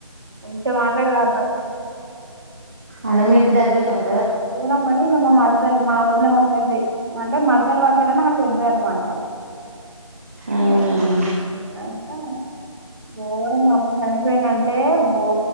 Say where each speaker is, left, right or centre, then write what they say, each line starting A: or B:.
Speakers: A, on the right; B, on the right.
A: మంచిగా మాట్లాడేది ఆ అబ్బాయి
B: అన్న మీ ఇంటి దగ్గరన ఉ
A: దూరంగాని ఇగ మా మర్ మరదలు మా వదిన వాళ్ళా సైడ్ ది అంటే మర్దల్ వరుస కానీ ఆవిడ పెద్ద అనమాట
B: అవునా
A: అయితే గోరము ఆమె చనిపోయింది అంటే ఓ